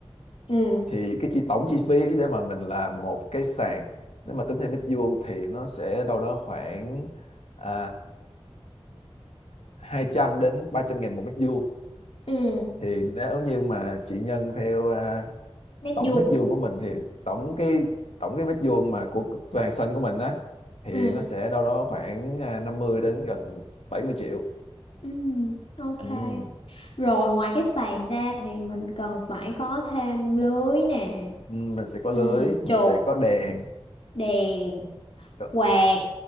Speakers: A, on the left; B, on the left.
A: Ừ,
B: thì cái chi tổng chi phí để mà mình làm một cái sàn nếu mà tính theo mét vuông thì nó sẽ đâu đó khoảng à, 200 đến 300 ngàn một mét vuông
A: ừ,
B: thì nếu như mà chị nhân theo à,
A: nét
B: tổng
A: vuông.
B: mét vuông của mình thì tổng cái tổng cái mét vuông mà của toàn sân của mình á thì
A: Ừ,
B: nó sẽ đâu đó khoảng à, năm mươi đến gần bảy mươi triệu
A: ừ, ok.
B: ừ.
A: Rồi ngoài cái sàn ra thì mình cần phải có thêm lưới nè,
B: Ừ, mình sẽ có lưới
A: ừ,
B: mình
A: chụp,
B: sẽ có đèn
A: đèn,
B: Đ-
A: quạt.